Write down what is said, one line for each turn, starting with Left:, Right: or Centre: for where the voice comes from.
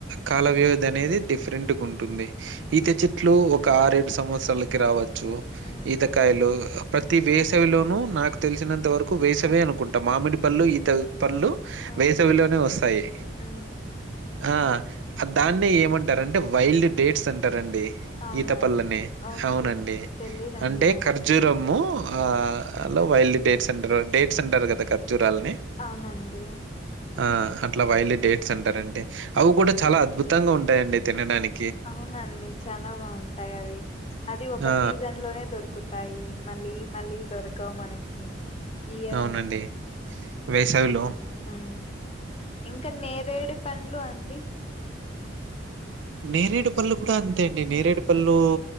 Right: కాల వ్యవధి అనేది డిఫరెంట్గా ఉంటుంది ఈత చెట్లు ఒక ఆరేడు సంవత్సరాలకి రావచ్చు
Left: ఉహు
Right: ఈతకాయలు ప్రతి వేసవిలోనూ నాకు తెలిసినంత వరకు వేసవే అనుకుంటాం మామిడి పళ్ళు ఈత పళ్ళు
Left: ఆ
Right: వేసవిలోనే వస్తాయి
Left: ఆ
Right: ఆ దాన్నే ఏమంటారంటే వైల్డ్ డేట్స్ అంటారండి
Left: అవునండి
Right: ఈత పల్లని
Left: ఓకే
Right: అవునండి
Left: తెలీదండి
Right: అంటే
Left: నాకి
Right: ఖర్జు ర్జూరమ్ము ఆ
Left: ఉమ్
Right: లో wild date centre date centre కదా ఖర్జూరాలని
Left: అవునండి
Right: ఆ అట్లా వైల్ డేట్స్ అంటారంటే అవి
Left: ఉమ్
Right: కూడా చాలా అద్భుతంగా ఉంటాయండి తినడాని
Left: అవునండి చాలా బాగుంటాయి అవి అది ఒక
Right: ఆ!
Left: సీజన్ లోనే దొరుకుత్ తయి మళ్ళీ మళ్ళీ దొరకవు మనకి ఇయర్
Right: అవునండి వేసావిలో
Left: ఆ ఇంకా నేరేడు పండ్లు అండి
Right: నేరేడు పళ్ళు కూడా అంతే అండి నేరేడు పళ్ళు